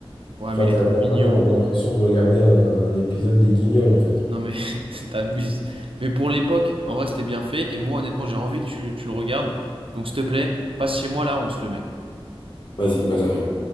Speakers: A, on the right (about 65°); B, on the left (about 55°).
A: Ouais,
B: Enfin,
A: mais il
B: t'as,
A: est trop
B: t'as vraiment
A: mignon.
B: l'impression de regarder un, un épisode des Guignols, en fait.
A: Non, mais <laughs> t'abuses. Mais pour l'époque, en vrai, c'était bien fait. Et moi, honnêtement, j'ai envie que tu, tu le regardes. Donc, s'il te plaît, passe chez moi là, on se le met.
B: Vas-y, bah j'arrive.